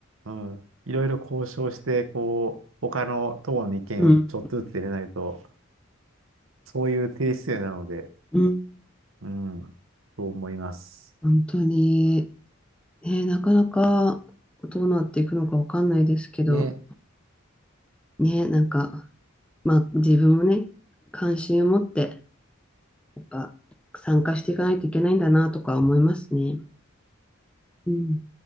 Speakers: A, on the right; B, in the centre.
A: うん、いろいろ交渉して、こう、他の党の意見をちょっとずつ入れないと、
B: うん。
A: そういう低姿勢なので、
B: うん。
A: うん、と思います。
B: 本当に。ね、なかなかどうなっていくのかわかんないですけど。
A: ね。
B: ね、なんか、まあ自分もね、関心を持って、やっぱ参加していかないといけないんだなとか思いますね。うん。